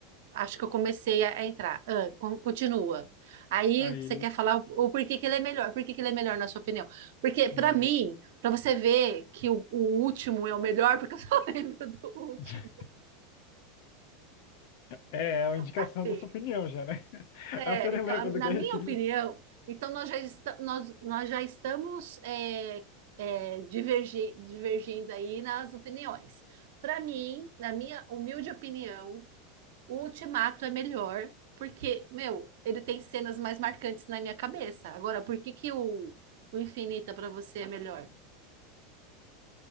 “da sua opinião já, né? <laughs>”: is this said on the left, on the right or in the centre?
Left